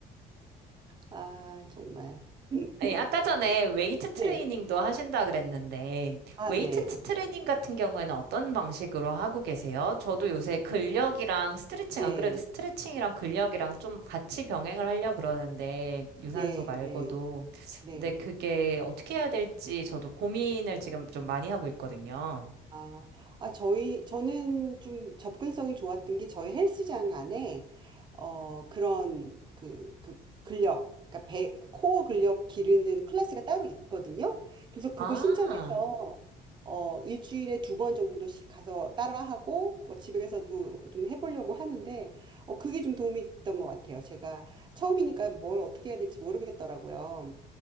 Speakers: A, on the right; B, on the right.
A: 아, 정말. <laughs>
B: 아니, 아까 전에 웨이트 트레이닝도
A: 네.
B: 하신다 그랬는데,
A: 아,
B: 웨이트
A: 네.
B: 트레이닝 같은 경우에는 어떤 방식으로 하고 계세요? 저도 요새 근력이랑 스트레칭,
A: 네.
B: 안 그래도 스트레칭이랑 근력이랑 좀 같이 병행을 하려고 그러는데, 유산소
A: 네.
B: 말고도.
A: 네. 네.
B: 근데 그게 어떻게 해야 될지 저도 고민을 지금 좀 많이 하고 있거든요.
A: 아, 아, 저희, 저는 좀 접근성이 좋았던 게 저희 헬스장 안에, 어, 그런 그, 그 근력, 그러니까 배, 코어 근력 기르는 클래스가 따로 있거든요. 그래서 그거
B: 아,
A: 신청해서, 어, 일주일에 두 번 정도씩 가서 따라하고, 뭐 집에서도 좀 해보려고 하는데, 어, 그게 좀 도움이 됐던 것 같아요. 제가 처음이니까 뭘 어떻게 해야 될지 모르겠더라고요.